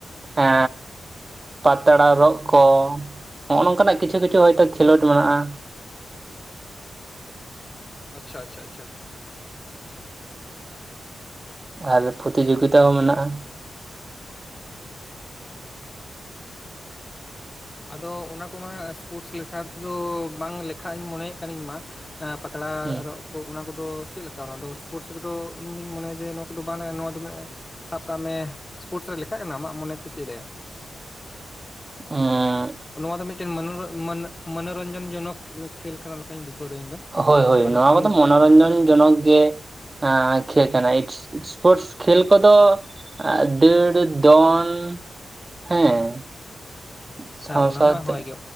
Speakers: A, on the right; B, on the left.
A: ᱮᱻ ᱯᱟᱛᱲᱟ ᱨᱚᱜ ᱠᱚ ᱱᱚᱜ-ᱚ ᱱᱚᱝᱠᱟ ᱱᱟᱜ ᱠᱤᱪᱷᱩ ᱠᱤᱪᱷᱩ ᱦᱳᱭ ᱛᱳ ᱠᱷᱮᱞᱳᱰ ᱢᱮᱱᱟᱜ-ᱟ᱾
B: ᱟᱪᱴᱪᱷᱟ ᱟᱪᱷᱟ ᱟᱪᱷᱟ᱾
A: ᱟᱨ ᱯᱨᱚᱛᱤ ᱡᱳᱜᱤᱛᱟ ᱦᱚᱸ ᱢᱮᱱᱟᱜ-ᱟ᱾
B: ᱟᱫᱚ ᱚᱱᱟ ᱠᱚ ᱢᱟ ᱥᱯᱳᱨᱴᱥ ᱞᱮᱠᱷᱟ ᱛᱮᱫᱚ ᱵᱟᱝ ᱞᱮᱠᱷᱟ ᱤᱧ ᱢᱚᱱᱮᱭ ᱮᱫ ᱠᱟᱱᱤᱧ ᱤᱧ ᱢᱟ᱾ ᱮ ᱯᱟᱛᱲᱟ
A: ᱱᱚᱣᱟ
B: ᱨᱚᱜ ᱚᱱᱟ ᱠᱚᱫᱚ ᱪᱮᱫ ᱞᱮᱠᱟ ᱚᱱᱟ ᱥᱯᱳᱨᱴᱥ ᱨᱮᱫᱚ ᱤᱧ ᱫᱩᱧ ᱢᱚᱱᱮᱭᱟ ᱡᱮ ᱱᱚᱣᱟ ᱠᱚᱫᱚ ᱵᱟᱝ ᱱᱚᱣᱟ ᱫᱚᱞᱮ ᱥᱟᱵ ᱠᱟᱜ ᱢᱮ ᱥᱯᱳᱨᱴᱥ ᱨᱮ ᱞᱮᱠᱷᱟᱜ ᱠᱟᱱᱟ ᱟᱢᱟᱜ ᱢᱚᱱᱮ ᱛᱮ ᱪᱮᱫ ᱮ ᱞᱟᱹᱭᱟ?
A: ᱩᱸ
B: ᱱᱚᱣᱟ ᱫᱚ ᱢᱤᱫᱴᱮᱱ ᱢᱚᱱᱚ ᱢᱚᱱᱚ ᱢᱚᱱᱚᱨᱚᱧᱡᱚᱱ ᱡᱚᱱᱚᱠ ᱠᱷᱮᱞ ᱠᱟᱱᱟ ᱞᱮᱠᱟᱧ ᱵᱩᱡᱷᱟᱹᱣ ᱮᱫᱟ ᱤᱧ ᱫᱚ᱾
A: ᱦᱳᱭ ᱦᱳᱭ
B: ᱟᱫᱚ
A: ᱱᱚᱣᱟ
B: ᱟᱢ
A: ᱢᱟᱛᱚ
B: ᱪᱮᱫ
A: ᱢᱚᱱᱚᱨᱚᱧᱡᱚᱱ ᱡᱚᱱᱚᱠ ᱜᱮ᱾ ᱟᱸᱻ ᱠᱷᱮ ᱠᱟᱱᱟ ᱮᱥᱠ ᱥᱯᱳᱨᱴᱥ ᱠᱷᱮᱞ ᱠᱚᱫᱚ ᱟᱨ ᱫᱟᱹᱲ, ᱫᱚᱱ ᱦᱮᱸ᱾ ᱥᱟᱶ
B: ᱦᱮᱸ ᱚᱱᱟ
A: ᱥᱟᱶᱛᱮ
B: ᱢᱟ ᱦᱳᱭ ᱜᱮ